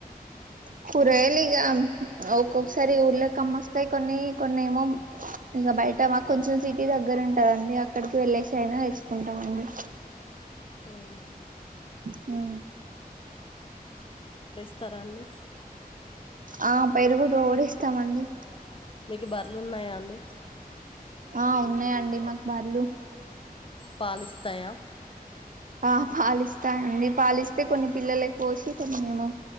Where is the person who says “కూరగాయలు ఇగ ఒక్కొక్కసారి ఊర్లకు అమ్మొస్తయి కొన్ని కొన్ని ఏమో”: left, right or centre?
Right